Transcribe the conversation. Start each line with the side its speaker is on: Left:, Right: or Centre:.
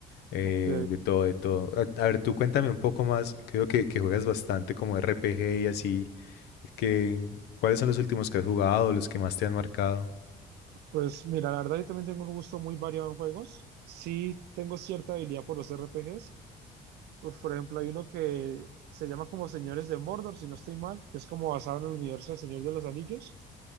Left: eh,
Right: Ok,
Left: de todo, de todo. A, a, ver, tú cuéntame un poco más, creo que, que juegas bastante como RPG y así, que, ¿cuáles son los últimos que has jugado, los que más te han marcado?
Right: pues mira, la verdad yo también tengo un gusto muy variado en juegos. Sí tengo cierta habilidad por los RPGs. Uf, por ejemplo, hay uno que se llama como Señores de Mordor, si no estoy mal, que es como basado en el universo del Señor de los Anillos.